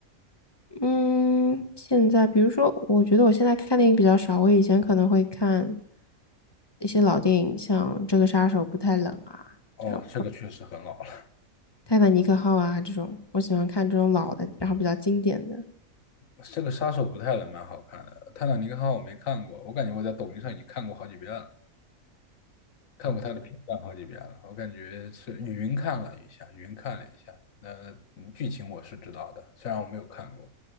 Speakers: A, on the left; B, on the left.
A: 嗯，现在比如说，我觉得我现在看电影比较少，我以前可能会看一些老电影，像《这个杀手不太冷》啊这种，
B: 哦，这个确实很老了，
A: 《泰坦尼克号》啊这种，我喜欢看这种老的，然后比较经典的。
B: 这个《杀手不太冷》蛮好看的，《泰坦尼克号》我没看过，我感觉我在抖音上已经看过好几遍了。看过他的片段好几遍了，我感觉是云看了一下，云看了一下，那嗯剧情我是知道的，虽然我没有看过，